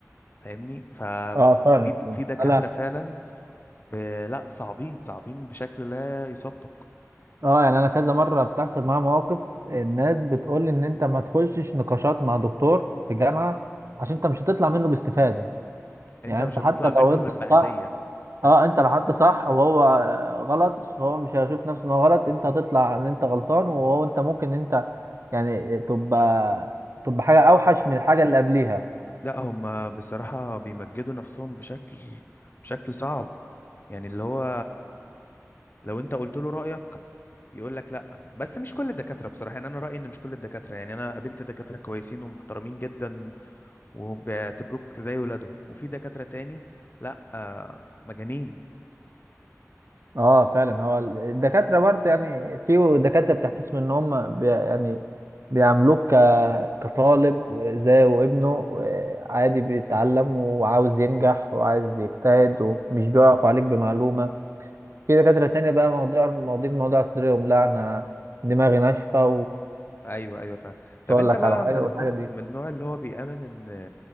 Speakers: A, on the left (about 40°); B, on the right (about 60°).
A: فاهمني ف
B: اه فاهمك
A: في
B: فاهمك.
A: في دكاترة
B: انا
A: فعلا ب... لا صعبين صعبين بشكل لا يصدق
B: اه يعني انا كذا مره بتحصل معايا مواقف الناس بتقول لي ان انت ما تخشش نقاشات مع دكتور في جامعه عشان انت مش هتطلع منه باستفاده
A: انت
B: يعني
A: مش
B: انت
A: هتطلع
B: حتى
A: منه
B: لو انت
A: غير
B: الصح
A: بأذية بس
B: اه انت لو حطه صح وهو غلط هو مش هيشوف نفسه ان هو غلط انت هتطلع ان انت غلطان وهو انت ممكن ان انت يعني تبقى تبقى حاجه اوحش من الحاجه اللي قبليها
A: لا هم بصراحة بيمجدوا نفسهم بشكل بشكل صعب يعني اللي هو لو انت قلت له رأيك يقول لك لا بس مش كل الدكاترة بصراحة يعني انا رأيي ان مش كل الدكاترة يعني انا قابلت دكاترة كويسين ومحترمين جدا وبيعتبروك زي ولادهم وفي دكاترة تاني لا آه، مجانين
B: اه فعلا هو ال- الدكاتره برضه يعني في دكاتره بتحتسب ان هم بي يعني بيعاملوك ك- كطالب زيه وابنه عادي بيتعلم وعاوز ينجح وعايز يجتهد ومش بيقف عليك بمعلومه في دكاتره تانية بقى مواضيع مواضيع الموضوع صدرهم لا انا دماغي ناشفة
A: ايوه ايوه فاهم طب
B: مش هقول
A: انت
B: لك
A: بقى
B: على حاجه
A: من النوع
B: والحاجه دي
A: من النوع اللي هو بيآمن ان